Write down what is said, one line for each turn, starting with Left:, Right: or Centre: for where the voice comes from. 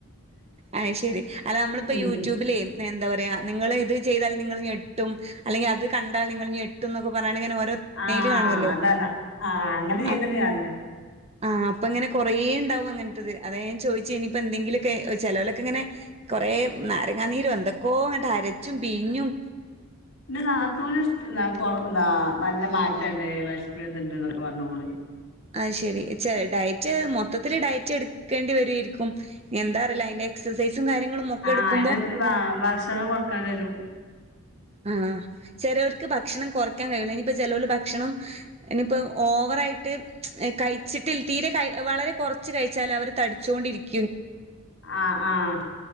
Right: അയ് ശരി അല്ല നമ്മളിപ്പ
Left: ഉം
Right: യൂട്യൂബിലേ എന്താ പറയാ നിങ്ങ ഇത് ചെയ്താൽ നിങ്ങൾ ഞെട്ടും അല്ലെങ്കി അത് കണ്ടാൽ നിങ്ങൾ ഞെട്ടും ക്കെ പറഞാണ്ട് ഓരോ തമ്മനയില്
Left: ആഹ്
Right: കാണുമല്ലോ
Left: ആ അതാണ് ആഹ് അങ്ങനെ ചെയ്തിണ്ട്
Right: അപ്
Left: ഞാന്
Right: ആഹ് അപ്പങ്ങനെ കുറേ ഉണ്ടാവും അങ്ങനത്തത് അതായ ഞാൻ ചോദിച്ച ഇനിയിപ്പൊ എന്തെിലൊക്കെ ചെലലൊക്കെ ഇങ്ങനെ കുറെ നാരങ്ങാനീരും എന്തൊക്കോ അങ്ങന അരച്ചും ബീഞ്ഞും
Left: ന്റെ നാത്തോന് <unintelligible> കൊ നല്ല മാറ്റണ്ട് വിഷപ്പിന് ത്ണ്ട് എന്നൊക്കെ പറഞ്ഞോള്
Right: ആയ്ശരി ഡയറ്റ് മൊത്തത്തില് ഡയറ്റ് എടുക്കേണ്ടി വരരിക്കും എന്താ അറിയില്ല അതിന്റെ എക്സസൈസും കാര്യങ്ങളും ഒക്കെ
Left: ആഹ്
Right: എടുക്കുമ്പോ
Left: അതിനത്ത് ഭക്ഷണം കൊറക്കേണ്ട വരും
Right: ആ ചെലർക്ക് ഭക്ഷണം കുറയ്ക്കാൻ കഴിയുള്ള ഇനിയിപ്പ ചെലര് ഭക്ഷണം ഇനിപ്പോ ഓവറായിട്ട് കഴിച്ചിട്ടില്ല തീരെ ക വളരെ കുറച്ച് കഴിച്ചാൽ അവർ തടിച്ചുകൊണ്ടിരിക്കും
Left: ആഹ് ആഹ്